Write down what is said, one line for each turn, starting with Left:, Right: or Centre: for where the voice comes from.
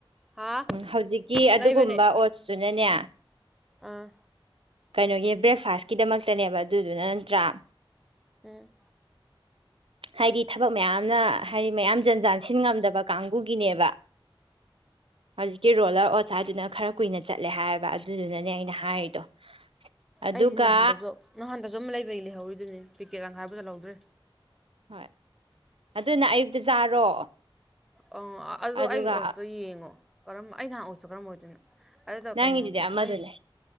Centre: ꯍꯥ
Right: ꯎꯝ ꯍꯧꯖꯤꯛꯀꯤ ꯑꯗꯨꯒꯨꯝꯕ
Centre: ꯂꯩꯕꯅꯦ
Right: ꯑꯣꯠꯁꯇꯨꯅꯅꯦ
Centre: ꯑꯥ
Right: ꯀꯩꯅꯣꯒꯤ ꯕ꯭ꯔꯦꯛꯐꯥꯁꯀꯤꯗꯃꯛꯇꯅꯦꯕ ꯑꯗꯨꯗꯨꯅ ꯅꯠꯇ꯭ꯔꯥ
Centre: ꯎꯝ
Right: ꯍꯥꯏꯗꯤ ꯊꯕꯛ ꯃꯌꯥꯝꯅ ꯍꯥꯏꯗꯤ ꯃꯌꯥꯝ ꯖꯟ ꯖꯥꯟ ꯁꯤꯟ ꯉꯝꯗꯕ ꯀꯥꯡꯕꯨꯒꯤꯅꯦꯕ ꯑꯖꯤ ꯀꯤ ꯔꯣꯂꯔ ꯑꯣꯠꯁ ꯍꯥꯏꯗꯨꯅ ꯈꯔ ꯀꯨꯏꯅ ꯆꯠꯂꯦ ꯍꯥꯏꯌꯦꯕ ꯑꯗꯨꯗꯨꯅꯅꯦ ꯑꯩꯅ ꯍꯥꯏꯔꯤꯗꯣ ꯑꯗꯨꯒ
Centre: ꯑꯩꯗꯤ ꯅꯍꯥꯟꯗꯁꯨ ꯅꯍꯥꯟꯗꯁꯨ ꯑꯃ ꯂꯩꯕꯩ ꯂꯩꯍꯧꯔꯤꯗꯨꯅꯦ ꯄꯦꯀꯦꯠ ꯂꯪꯀꯥꯏꯕ ꯌꯣꯜꯍꯧꯗ꯭ꯔꯦ
Right: ꯍꯣꯏ ꯑꯗꯨꯅ ꯑꯌꯨꯛꯇ ꯆꯥꯔꯣ
Centre: ꯑꯣ ꯑꯗꯨ
Right: ꯑꯗꯨꯒ
Centre: ꯑꯩꯒꯤ ꯑꯣꯠꯁꯇꯣ ꯌꯦꯡꯉꯣ ꯀꯔꯝꯕ ꯑꯩ ꯅꯍꯥꯟ ꯑꯣꯠꯁꯇꯣ ꯀꯔꯝꯕ ꯑꯣꯏꯗꯣꯏꯅꯣ ꯑꯗꯨꯗꯣ
Right: ꯅꯪꯒꯤꯗꯨꯗꯤ
Centre: ꯀꯩꯅꯣꯒꯤ
Right: ꯑꯃꯗꯨꯅꯦ
Centre: ꯃꯣꯏ